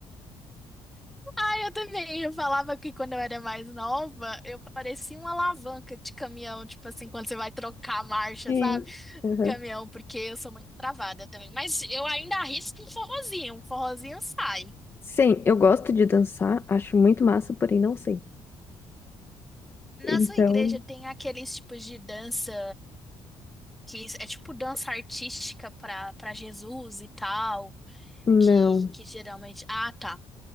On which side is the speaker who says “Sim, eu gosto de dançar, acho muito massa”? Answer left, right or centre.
Left